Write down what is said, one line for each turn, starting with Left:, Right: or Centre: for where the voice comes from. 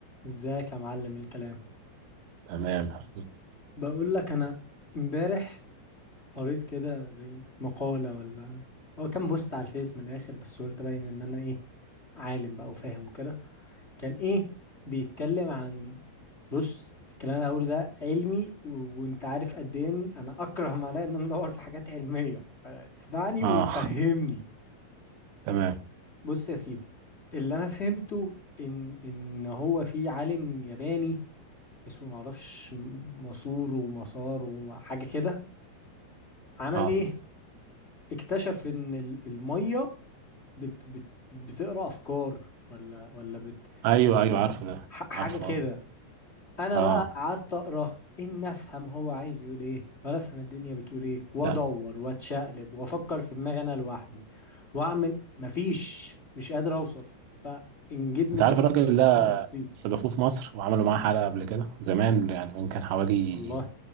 Left: ازيك يا معلم الكلام
Right: تمام
Left: بقول لك انا امبارح قريت كده زي مقالة ولا هو كان بوست على الفيس من الاخر بس قلت باين ان انا ايه عالم بقى وفاهم وكده كان ايه بيتكلم عن بص الكلام اللي هقوله ده علمي و... وانت عارف قد ايه إن انا اكره ما عليا ان انا ادور في حاجات علمية اسمعني
Right: اه
Left: وفهمني
Right: تمام
Left: بص يا سيدي اللي انا فهمته ان ان هو في عالم ياباني اسمه معرفش م- مسور ومسار وحاجة كده عمل
Right: اه
Left: ايه اكتشف ان ال- المية بت بت بتقرا افكار ولا ولا بت
Right: ايوه ايوه عارفه ده
Left: ح- حاجة
Right: عارفه
Left: كده
Right: اه
Left: انا
Right: اه
Left: بقى قعدت اقرا ان افهم هو عايز يقول ايه ولا افهم الدنيا بتقول ايه وادور
Right: لا
Left: واتشقلب وافكر في دماغي انا لوحدي واعمل مفيش مش قادر اوصل فانجدني
Right: انت عارف
Left: كده
Right: الراجل ده
Left: الكلام البسيط
Right: استضافوه في مصر وعملوا معاه حلقة قبل كده زمان يعني من كان حوالي
Left: والله